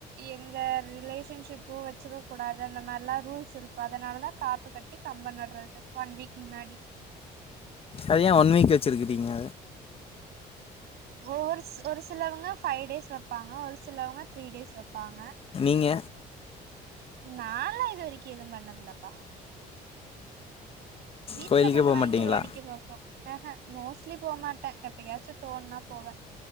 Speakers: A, on the right; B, on the left.
A: எந்த ரிலேஷன்ஷிப்பு வச்சுக்க கூடாது அந்த மாரிலா இருக் ரூல்ஸ் இருக்கு அதனால தா காப்பு கட்டி கம்பம் நடுறது ஒன் வீக் முன்னாடி
B: அது ஏ ஒன் வீக் வச்சிருக்கிங்க
A: ஒரு ஒரு சிலவங்க ஃபைவ் டேஸ் வைப்பாங்க ஒரு சிலவங்க த்ரீ டேஸ் வைப்பாங்க
B: நீங்க
A: நாலா இது வரைக்கு ஏதுவு பண்ணதுலப்பா வீட்ல
B: கோயிலுக்கே
A: பண்ணுவாங்கே
B: போ மாட்டீங்களா
A: வேடிக்க பாப்போ அ ஆ மோஸ்ட்லி போ மாட்ட எப்பயாச்சு தோணுனா போவ